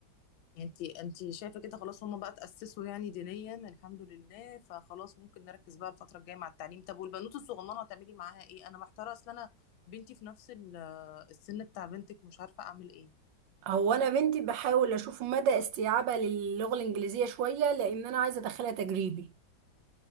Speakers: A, on the left (about 85°); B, on the right (about 75°).
A: انتي انتي شايفة كده خلاص هما بقى تأسسوا يعني دينيا الحمد لله فخلاص ممكن نركز بقى الفترة الجاية مع التعليم طب والبنوت الصغننة هتعملي معاها ايه أنا محتارة أصل أنا بنتي في نفس ال- آه، السن بتاع بنتك ومش عارفة أعمل ايه
B: هو انا بنتي بحاول اشوف مدى استيعابها للغه الانجليزيه شويه لان انا عايزه ادخلها تجريبي